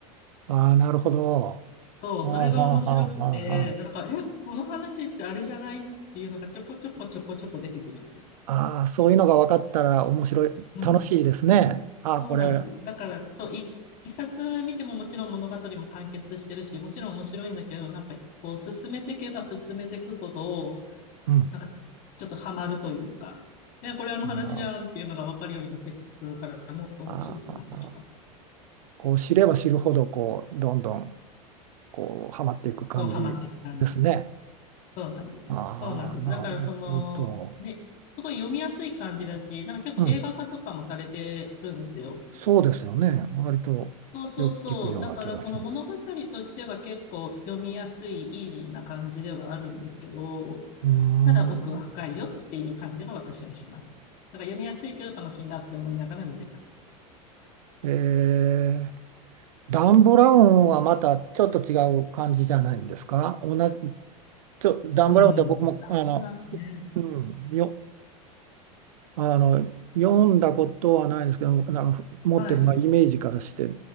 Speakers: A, on the right; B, on the left.
A: ああ、なるほど。
B: そう、
A: はあはあはあはあは
B: それが面白くて、なんか、え、この話ってあれじゃないっていうのがちょこちょこちょこちょこ出てくるんです。
A: ああ、そういうのが分かったら面白い、
B: うん。
A: 楽しいですね。ああ、
B: そうなんです。
A: これ、
B: だから、そう、い一冊見てももちろん物語も完結してるし、もちろん面白いんだけど、なんかこう進めていけば進めていくほど、
A: うん。
B: なんかちょっとハマるというか、いや、これあの話じゃんっていうのが分かるようになってくるから、
A: なる
B: もっと面白くなってきます。
A: ああ、こう知れば知るほど、こう、どんどん、こう、はまっていく感じですね。
B: そう、ハマっていく感じ。そうなんです。
A: ああ、
B: そうなんです。
A: なるほど。
B: だからその、ね、すごい読みやすい感じだし、なんか結構映画化とかもされてるんですよ。
A: うん。そうですよね。割とよく聞くような気がします。
B: そうそうそう。だからその物語としては結構読みやすい、イージーな感じではあるんですけど、
A: うーん。
B: ただ奥は深いよっていう感じが私はします。だから読みやすいけど楽しいなって思いながら見てます。
A: えー、ダン・ブラウンはまたちょっと違う感じじゃないんですか同じ、ちょ、ダン・
B: うん。
A: ブラウンって僕も、
B: ダン・
A: あの、
B: ブラウンね。
A: うん、よ、あの、読んだことはないんですけど、なんか持ってる、
B: はい。
A: まあ、イメージからして、